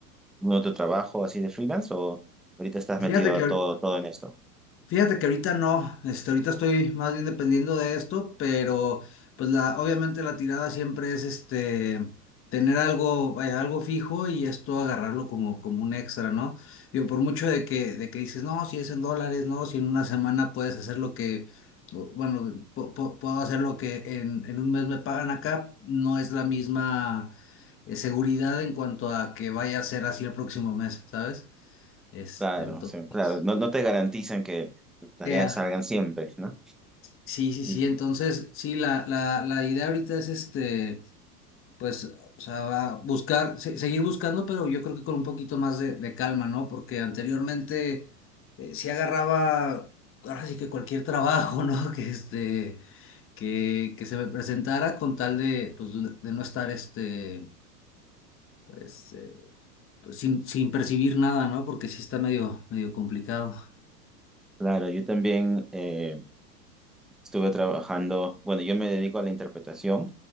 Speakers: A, in the centre; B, on the left.
A: algún otro trabajo así de freelance? ¿O ahorita estás
B: fíjate
A: metido
B: que,
A: a todo,
B: ahor-
A: todo en esto?
B: fíjate que ahorita no, este, ahorita estoy más bien dependiendo de esto, pero pues la, obviamente la tirada siempre es este, tener algo, vaya, algo fijo y esto agarrarlo como, como un extra, ¿no? Digo, por mucho de que, de que dices, no, si es en dólares, no, si en una semana puedes hacer lo que, o- bueno, pu- pu- puedo hacer lo que en, en un mes me pagan acá, no es la misma eh, seguridad en cuanto a que vaya a ser así el próximo mes, ¿sabes? Este,
A: Claro,
B: entonces.
A: o sea, claro. No, no te garantizan que las tareas
B: Ea,
A: salgan siempre, ¿no?
B: sí, sí,
A: Sí.
B: sí. Entonces, sí, la, la, la idea ahorita es este, pues, o sea, va- buscar, se- seguir buscando, pero yo creo que con un poquito más de, de calma, ¿no? Porque anteriormente eh, sí agarraba, ahora sí que cualquier trabajo, ¿no? <laughs> Que este, que, que se me presentara con tal de, pues, de no estar este, pues, eh, pues, sin, sin percibir nada, ¿no? Porque sí está medio, medio complicado.
A: Claro, yo también eh, estuve trabajando, bueno, yo me dedico a la interpretación